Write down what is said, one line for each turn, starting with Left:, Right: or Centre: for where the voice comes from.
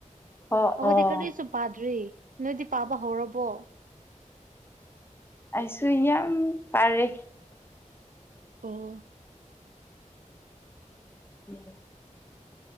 Left: ꯑꯣ
Right: ꯑꯩꯈꯣꯏꯗꯤ
Left: ꯑꯣ
Right: ꯀꯔꯤꯁꯨ ꯄꯥꯗ꯭ꯔꯤ ꯅꯣꯏꯗꯤ ꯄꯥꯕ ꯍꯧꯔꯕꯣ
Left: ꯑꯩꯁꯨ ꯌꯥꯝ ꯄꯥꯔꯤ
Right: ꯑꯣ
Left: <unintelligible>